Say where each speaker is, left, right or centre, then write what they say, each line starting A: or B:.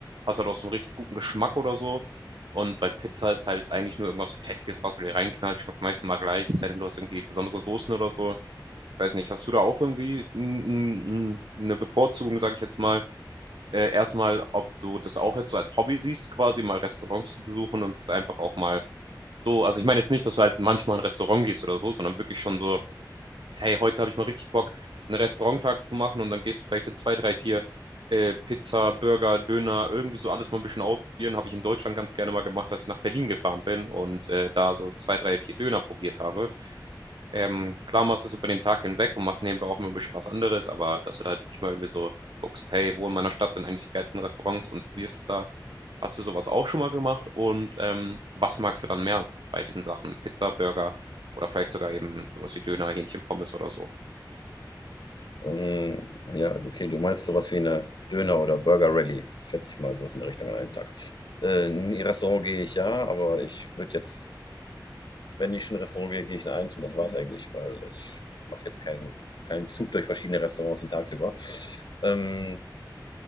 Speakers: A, on the right; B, on the left.
A: hast du halt auch so einen richtig guten Geschmack oder so. Und bei Pizza ist halt eigentlich nur irgendwas Fettiges, was du dir reinknallst, schmeckt meistens mal gleich, es sei denn, du hast irgendwie besondere Soßen oder so. Weiß nicht, hast du da auch irgendwie n- n- n- eine Bevorzugung, sage ich jetzt mal, äh, erstmal, ob du das auch jetzt so als Hobby siehst, quasi mal Restaurants zu besuchen und das einfach auch mal so, also ich meine jetzt nicht, dass du halt manchmal in ein Restaurant gehst oder so, sondern wirklich schon so hey, heute habe ich mal richtig Bock, einen Restauranttag zu machen und dann gehst du vielleicht in zwei, drei, vier äh, Pizza, Burger, Döner, irgendwie so alles mal ein bisschen ausprobieren. Habe ich in Deutschland ganz gerne mal gemacht, als ich nach Berlin gefahren bin und äh, da so zwei, drei, vier Döner probiert habe. Ähm, klar machst du es über den Tag hinweg und machst nebenbei auch immer ein bisschen was anderes, aber dass du da halt wirklich mal irgendwie so guckst, hey, wo in meiner Stadt sind eigentlich die geilsten Restaurants und probierst es da. Hast du sowas auch schon mal gemacht? Und ähm, was magst du dann mehr bei diesen Sachen? Pizza, Burger oder vielleicht sogar eben sowas wie Döner, Hähnchen, Pommes oder so.
B: Ähm, ja, okay, du meinst sowas wie eine Döner- oder Burger-Rallye, schätze ich mal, sowas in der Richtung an einem Tag. Äh, in ein Restaurant gehe ich ja, aber ich würde jetzt, wenn ich schon in ein Restaurant gehe, gehe ich in eins und das war's eigentlich, weil ich mache jetzt keinen, keinen Zug durch verschiedene Restaurants den tagsüber. Ähm,